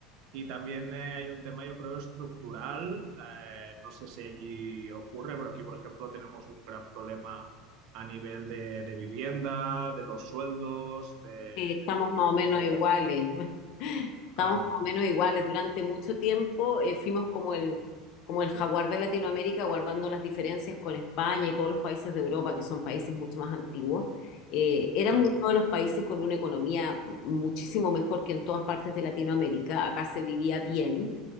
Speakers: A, on the right; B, on the left.
A: y también eh, hay un tema, yo creo, estructural. eh, no sé si allí ocurre, pero aquí, por ejemplo, tenemos un gran problema a nivel de, de vivienda, de los sueldos, de...
B: Eh, estamos más o
A: de-
B: menos iguales, <laughs> estamos
A: claro,
B: más o menos iguales. Durante mucho tiempo eh, fuimos como el, como el jaguar de Latinoamérica, guardando las diferencias con España y todos los países de Europa, que son países mucho más antiguos. Eh, éramos
A: sí,
B: uno de los países con una economía muchísimo mejor que en todas partes de Latinoamérica. Acá se vivía bien